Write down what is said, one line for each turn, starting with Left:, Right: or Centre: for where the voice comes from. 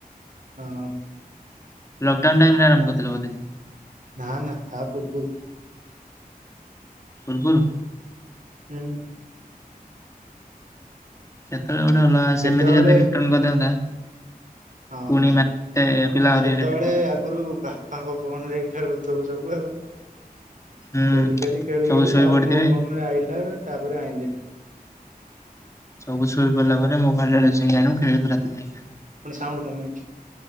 Right: ହ
Left: ଲକଡ଼ାଉନ ଟାଇମ ରେ ଆରମ୍ଭ କରିଥିଲେ ବଧେ
Right: ନା ନା ତା ପୂର୍ବରୁ
Left: ପୂର୍ବରୁ
Right: ହୁଁ
Left: ସେତେବେଳେ ଗୋଟେ ଅଲଗା
Right: ସେତେବେଳେ
Left: ସେମିତି ଯଦି ରିଟର୍ଣ କରିଦିଅନ୍ତା
Right: ହଁ,
Left: ପୁଣି ମାନେ ପିଲା ଆହୁରି
Right: ସେତେବେଳେ
Left: ରିଟର୍ନ
Right: ଆଗରୁ ବା ବାପାଙ୍କ ଫୋନ ରେ ଖେଳୁଥୁବୁ ସବୁ ଆଉ,
Left: ହୁଁ।
Right: ଖେଳି ଖେଳି ଖେଳି
Left: ସବୁ
Right: ଖେଳି
Left: ଶୋଇ
Right: ତାପରେ
Left: ପଡିଥିବେ
Right: ମୋ ଫୋନ ଆଇଲା ତାପରେ ଆଇଁଲି ଏଠି
Left: ସବୁ ଛୁଇ ପଡିଲା ପରେ ମୋବାଇଲ ଟା ଲୁଚେଇକି ଆଣିବୁ ଖେଳିବୁ ରାତି <unintelligible>
Right: ଫୁଣି ସାଉଣ୍ଡ କମେଇଛି।